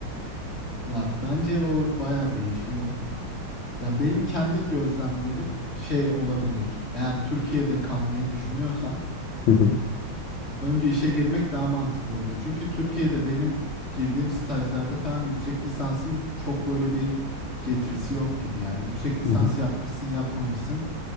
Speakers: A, on the left; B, on the left.
A: Ya bence o baya değişiyor. Ya benim kendi gözlemlerim şey olabilir. Eğer Türkiye'de kalmayı düşünüyorsan
B: Hı hı,
A: önce işe girmek daha mantıklı oluyor. Çünkü Türkiye'de benim girdiğim stajlarda falan yüksek lisansın çok böyle bir getirisi yok gibi. Yani yüksek lisans
B: hı hı.
A: yapmışsın yapmamışsın